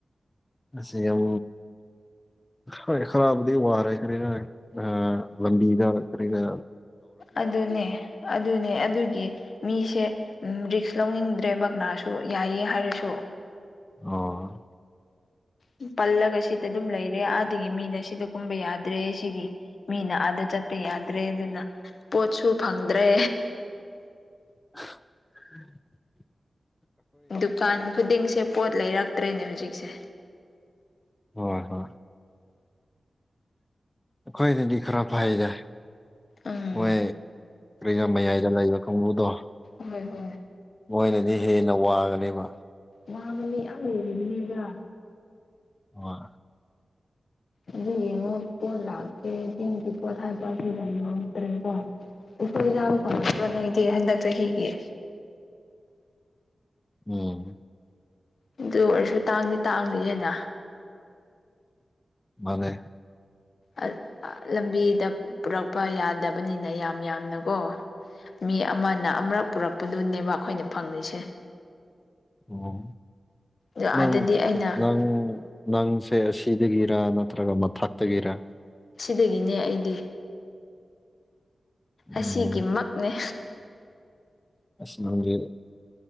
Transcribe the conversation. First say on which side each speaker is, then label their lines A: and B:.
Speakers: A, on the left; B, on the left.
A: ꯁꯤ ꯌꯥꯝ ꯍꫭ ꯈꯔꯕꯨꯗꯤ ꯑꯋꯥꯔꯦ ꯀꫪꯤꫪ ꯑ ꯂꯝꯕꯤꯗ ꯀꯔꯤꯒ
B: ꯑꯗꯨꯅꯦ ꯑꯗꯨꯅꯦ ꯑꯗꯨꯒꯤ ꯃꯤꯁꯦ ꯎꯝ ꯔꯤꯛꯁ ꯂꯧꯅꯤꯡꯗ꯭ꯔꯦꯕꯛ ꯀꯅꯥꯁꯨ ꯌꯥꯏꯌꯦ ꯍꯥꯏꯔꯁꯨ
A: ꯑꯣ
B: ꯎꯝ ꯄꯜꯂꯒ ꯁꯤꯗ ꯑꯗꯨꯝ ꯂꯩꯔꯦ ꯑꯥꯗꯒꯤ ꯃꯤꯅ ꯁꯤꯗ ꯀꯨꯝꯕ ꯌꯥꯗ꯭ꯔꯦ ꯁꯤꯒꯤ ꯃꯤꯅ ꯑꯥꯗ ꯆꯠ ꯌꯥꯗ꯭ꯔꯦ ꯑꯗꯨꯅ ꯄꯣꯠꯁꯨ ꯐꯪꯗ꯭ꯔꯦ
A: <unintelligible>
B: ꯗꯨꯀꯥꯟ ꯈꯨꯗꯤꯡꯁꯦ ꯄꯣꯠ ꯂꯩꯔꯛꯇ꯭ꯔꯦꯅꯦ ꯍꯧꯖꯤꯛꯁꯦ
A: ꯍꯣꯏ ꯍꯣꯏ ꯑꯩꯈꯣꯏꯅꯦꯗꯤ ꯈꯔ ꯐꯩꯗ
B: ꯎꯝ
A: ꯍꯣꯏ ꯀꯔꯤ ꯃꯌꯥꯏꯗ ꯂꯩꯌ ꯀꯕꯨꯗꯣ
B: ꯍꯣꯏ ꯍꯣꯏ
A: ꯃꯣꯏꯒꯤꯗꯤ ꯍꯦꯟꯅ ꯋꯥꯒꯅꯦꯕ
B: ꯋꯥꯕꯅ‌ꯦ ꯌꯥꯝ ꯑꯣꯏꯔꯤꯕꯅꯦꯒ
A: ꯑ
B: ꯑꯗꯨ ꯌꯦꯉꯄ ꯂꯥꯛꯦꯇ ꯀꯊꯥꯏ ꯄꯁꯤ ꯌꯠꯇ꯭ꯔꯦ ꯀꯣ ꯎꯨꯁꫭꯏ ꯆꯥꯕ ꯐꯪꯗ꯭ꯔꯣ ꯅꯪꯗꯤ ꯍꯟꯗꯛꯇ ꯆꯍꯤꯒꯤ
A: ꯎꯝ
B: ꯑꯗꯨ ꯑꯣꯏꯔꯁꯨ ꯇꯥꯡꯗꯤ ꯇꯥꯡꯂꯤꯑꯦꯅ
A: ꯃꯅꯦ
B: ꯑ ꯑ ꯂꯝꯕꯤꯗ ꯄꯨꯔꯛꯄ ꯌꯥꯗꯕꯅꯤꯅ ꯌꯥꯝ ꯌꯥꯝꯅꯀꯣ ꯃꯤ ꯑꯃꯅ ꯑꯃꯨꯔꯛ ꯄꯨꯔꯛꯄꯗꯨꯅꯦꯕ ꯑꯩꯈꯣꯏꯅ ꯐꯪꯂꯤꯁꯦ
A: ꯑꯣ
B: ꯑꯗꯣ ꯑꯥꯗꯗꯤ
A: ꯅꯪ
B: ꯑꯩꯅ
A: ꯅꯪ ꯅꯪꯁꯦ ꯁꯤ ꯇꯒꯤꯔꯥ ꯅꯠꯇ꯭ꯔꯒ ꯃꯪꯊꯛꯇꯒꯦꯔ
B: ꯁꯤꯗꯒꯤꯅ‌ꯦ ꯑꯩꯗꯤ
A: ꯎꯝ
B: ꯑꯁꯤꯒꯤꯃꯛꯅ‌ꯦ
A: ꯑꯁ ꯅꯪꯗꯤ